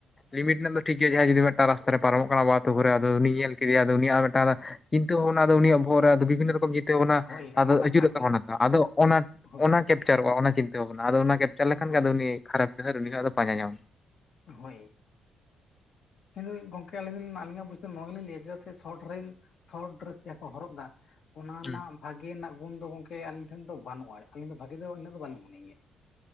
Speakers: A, on the left; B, on the left.
A: ᱞᱤᱢᱤᱴ ᱨᱮᱱᱟᱜ ᱫᱚ ᱴᱷᱤᱠ ᱜᱮᱭᱟ ᱡᱩᱫᱤ ᱢᱤᱫᱴᱟᱝ ᱴᱷᱤᱠᱜᱮᱭᱟᱭ ᱡᱟᱦᱟᱸᱭ ᱡᱩᱫᱤ ᱢᱤᱫᱴᱟᱝ ᱨᱟᱥᱛᱟ ᱨᱮ ᱯᱟᱨᱚᱢᱚᱜ ᱠᱟᱱᱟ ᱵᱟ ᱟᱛᱳ ᱠᱚᱨᱮ ᱟᱫᱚ ᱩᱱᱤᱤᱭ ᱧᱮᱞ ᱠᱮᱫᱮᱭᱟᱫᱚ ᱩᱱᱤᱭᱟᱜ ᱢᱤᱫᱴᱟᱝ ᱠᱤᱱᱛᱩ ᱚᱱᱟ ᱫᱚ ᱩᱱᱤᱭᱟᱜ ᱵᱚᱦᱚᱜ ᱨᱮ ᱵᱤᱵᱷᱤᱱᱱᱚ ᱨᱚᱠᱚᱢ ᱡᱤᱛᱟᱹᱣ ᱵᱚᱱᱟ
B: ᱦᱳᱭ
A: ᱟᱫᱚ
B: ᱟᱞᱟᱫᱟᱜ
A: ᱟᱹᱪᱩᱨᱚᱜ
B: ᱠᱟᱱ ᱛᱟᱭᱟ
A: ᱛᱵᱱᱟᱛᱚ ᱟᱫᱚ ᱚᱱᱟ
B: ᱦᱳᱭ
A: ᱚᱱᱟ ᱠᱮᱯᱪᱟᱨᱚᱜᱼᱟ ᱚᱱᱟ ᱪᱤᱱᱛᱟᱹ ᱵᱷᱟᱵᱚᱱᱟ ᱟᱫᱚ ᱚᱱᱟ ᱜᱮ᱾ ᱪᱟᱞᱟᱜ ᱞᱮᱠᱷᱟᱱ
B: ᱦᱳᱭ
A: ᱜᱮ ᱟᱫᱚ ᱩᱱᱤ ᱠᱷᱟᱨᱟᱯ ᱰᱷᱟᱹᱨ ᱩᱱᱤ ᱠᱷᱟᱜ ᱫᱚ ᱯᱟᱡᱟ ᱧᱟᱢ ᱟᱢᱟ
B: ᱦᱚᱭᱮ᱾ ᱦᱮᱞᱮᱠᱤᱱ ᱜᱚᱝᱠᱮ ᱟᱹᱞᱤᱧᱞᱤᱧᱟᱜ ᱵᱩᱡ ᱱᱚᱣᱟ ᱜᱮᱞᱤᱧᱞᱟᱹᱭᱮᱫᱟ ᱥᱮ ᱥᱚᱴᱰᱨᱟᱭᱤᱯ ᱥᱚᱨᱚᱴ ᱰᱨᱮᱥ ᱛᱮᱠᱚ ᱦᱚᱨᱚᱜ ᱮᱫᱟ ᱚᱱᱟ ᱨᱮᱱᱟᱜ
A: ᱦᱩᱸ
B: ᱵᱷᱟᱜᱮ ᱨᱮᱱᱟᱜ ᱜᱩᱱ ᱫᱚ ᱜᱚᱝᱠᱮ ᱟᱞᱤᱧ ᱴᱷᱮᱱ ᱫᱚ ᱵᱟᱱᱩᱜᱼᱟ ᱟᱞᱤᱧ ᱫᱚ ᱵᱷᱟᱜᱤ ᱫᱚ ᱤᱱᱟᱹᱜ ᱫᱚ ᱵᱟᱞᱤᱧ ᱢᱚᱱᱮ ᱮᱭᱟ᱾